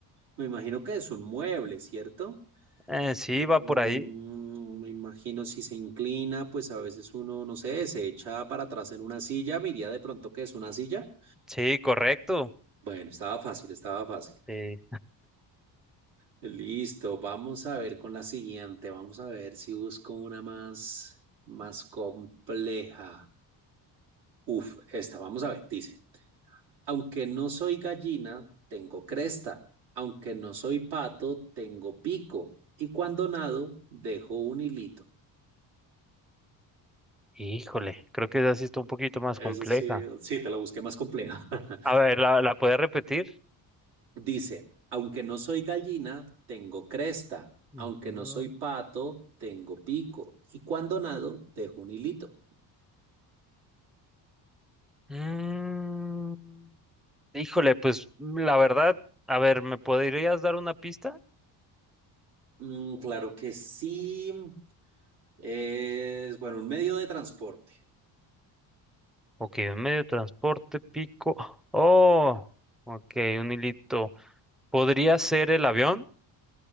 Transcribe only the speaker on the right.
me imagino que es un mueble, ¿cierto?
Mm,
me imagino si se inclina, pues a veces uno, no sé, se echa para atrás en una silla, me iría de pronto que es una silla.
Bueno, estaba fácil, estaba fácil.
Listo, vamos a ver con la siguiente, vamos a ver si busco una más, más compleja. Uf, esta, vamos a ver, dice, aunque no soy gallina, tengo cresta, aunque no soy pato, tengo pico, y cuando nado, dejo un hilito.
Eso
sí, sí, te la busqué más compleja. <laughs>
Dice, aunque no soy gallina, tengo cresta, aunque
no soy pato, tengo pico, y cuando nado, dejo un hilito.
Mm, claro que sí. Es, bueno, un medio de transporte.